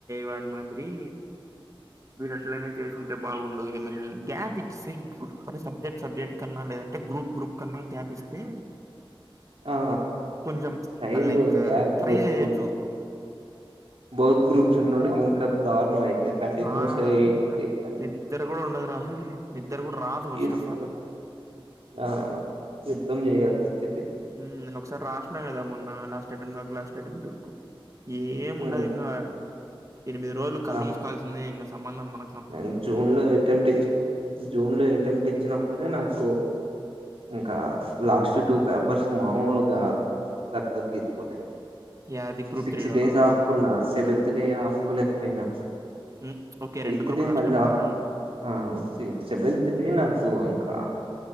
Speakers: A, on the right (about 35°); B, on the right (about 80°).
A: వన్ అగ్రీ వీడు ఎట్లైన చేసి అంటే బాగుండదు ఏమని గ్యాప్ ఇస్తే కు సబ్జెక్ట్ సబ్జెక్ట్ కన్నా లేదంటే గ్రూప్ గ్రూప్ కన్నా గ్యాప్ ఇస్తే
B: ఆ
A: కొంచెం చ
B: టైమ్
A: అ లైక్
B: గ్యాప్
A: ట్రై
B: ఎక్కువ
A: చేయచ్చు
B: ఉంటుంది బోత్ గ్రూప్స్ ఉన్నోడుకి ఇంకా దారుణం అయితది కంటిన్యూస్
A: ఆ దారుణంరా
B: ఎయిట్ డేస్
A: నిద్ర కూడా ఉండదు రా అసలు నిద్ర కూడా రాదు
B: అంటే
A: ఫస్ట్ ఆఫ్ ఆల్
B: ఆ యుద్ధం చేయాలిసి వచ్చిది
A: హుమ్ ఒకసారి కదా మొన్న లాస్ట్ అటేమ్ లాస్ట్ అటెంప్ట్ కు ఏముండదు
B: ఉమ్,
A: ఇంకా ఎనిమిది రోజులు కళ్ళు
B: ఆ
A: ముూసుకోవాల్సిందే ఇంకా సంబంధం మన
B: నేను జూన్ లో ఎట్మ్ట్ ఇచ్చ్ జూన్ లో ఎట్మ్ట్ ఇచ్చినప్పుడే నాకు ఇంకా లాస్ట్ టూ పేపర్స్ మాముల్ గా శ ద ద్ తీస్కోలే
A: యాది గ్రూప్
B: సిక్స్
A: త్రీ లోనా
B: డేస్ అపుకున్న సెవెన్త్ డే ఆప్కోలేకపోయినా
A: ఉమ్ ఒకే రెండు
B: తూ
A: గ్రూపులు
B: డే
A: రాసినప్పుడా
B: మళ్ళా ఆపుకున్న ఆ సి సెవెన్త్ డే నాకు ఇంకా